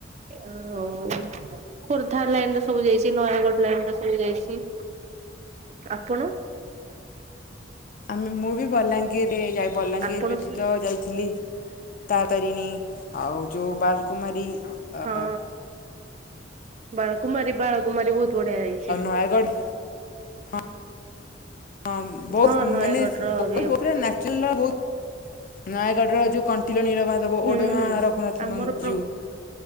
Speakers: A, on the right; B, on the left.
A: ଆଉ ଖୋର୍ଦ୍ଧା ଲାଇନ୍ ର ସବୁ ଯାଇଚି। ନୟାଗଡ ଲାଇନ୍ ର ସବୁ ଯାଇଚି। ଆପଣ?
B: ଆମେ ମୁଁ ବି ବଲାଙ୍ଗୀର୍ ରେ ବଲାଙ୍ଗୀର
A: ଆପଣ
B: ବ୍ୟତୀତ
A: ସେ
B: ଯାଇଥିଲି ତାରା ତାରିଣୀ ଆଉ ଯୋଉ ବାଲ୍ କୁମାରୀ।
A: ହଁ
B: ଆ
A: ବାଳକୁମାରୀ ବାଳକୁମାରୀ ବହୁତ ବଢିଆ ହେଇଛି।
B: ରାୟଗଡ଼ ହଁ ବହୁତ୍
A: ହଁ ନୟାଗଡ
B: ମାନେ <unintelligible>
A: ର ବି
B: ବହୁତ୍ ନୟାଗଡ଼ର ଯୋଉ କଣ୍ଟିିଲ ନୀଳମାଧବ
A: ହୁଁ
B: ଓଡଗାଁ
A: ହୁଁ
B: ରଘୁନାଥ।
A: ଆମର
B: <unintelligible>
A: ପ୍ର